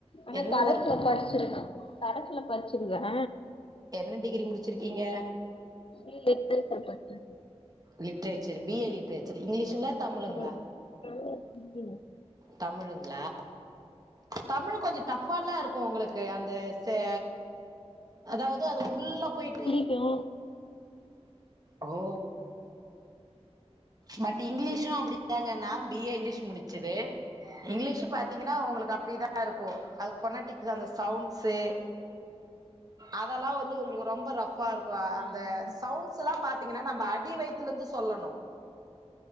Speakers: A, on the left; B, on the right.
A: ஆனா
B: என்ன
A: கரஸ்ல
B: ஒர்க்
A: படிச்சிருக்க கரசுல படிச்சிருதக
B: என்ன டிகிரி முடிச்சிருகீங்க
A: இல் இட்டு க பட்டு
B: லிட்ரேச்சர் பி ஏ லிட்ரேச்சர் இங்கிலீஷுங்ளா
A: ம்
B: தமிழுங்ளா
A: ம் நல்லா சொன்னீங்க
B: தமிழுங்ளா தமிழ் கொஞ்சோ டஃபால்லா இருக் கோ உங்களுக்கு அந்த சே அதாவது அது உள்ள போயிட்டு
A: யு
B: ஓ பட் இங்கிலீஷு அப்டிதாங்க நா பி ஏ இங்கிலீஷ் முடிச்சது இங்கிலீஷ் பாத் திங்கன்னா உவுங்ளுக்கு அப்டிதா இருக்கு அது பொனட்டிக் அந்த சவுண்ட்ஸ் செ அதெலா வந்து உங்ளுக்கு ரொம்ப ரஃபா இருக்கு அந்த
A: ஆ
B: சவுண்ட்ஸ் ஸ் லா பாத்தீங்ன்னா நம்ம அடி வயுத்ல இருந்து சொல்லணு